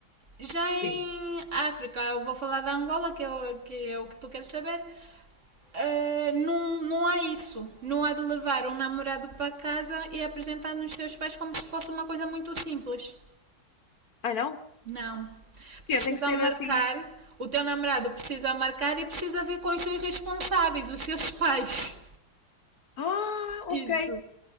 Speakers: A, on the right; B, on the left.
A: Já em
B: Sim.
A: África, eu vou falar da Angola, que é o que, é o que tu queres saber. Uh, não, não há isso. Não há de levar um namorado para casa e apresentar nos seus pais como se fosse uma coisa muito simples.
B: Ah, não?
A: Não.
B: Que
A: Precisa
B: tem que ser
A: marcar,
B: assim.
A: o teu namorado precisa marcar e precisa vir com os seus responsáveis, os seus pais.
B: Ah, ok.
A: Isso.